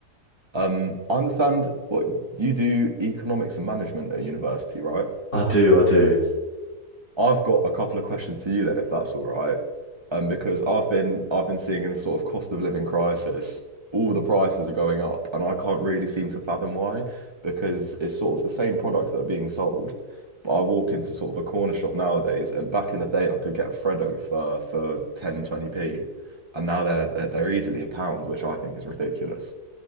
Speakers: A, on the right; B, on the left.
A: Um, I understand what you do economics and management at university, right?
B: I do. I do.
A: I've got a couple of questions for you then, if that's all right. Um, because I've been I've been seeing in this sort of cost of living crisis, all the prices are going up, and I can't really seem to fathom why, because it's sort of the same products that are being sold. But I walk into sort of a corner shop nowadays, and back in the day I could get a Freddo for for ten twenty p and now they're they're, they're easily a pound, which I think is ridiculous.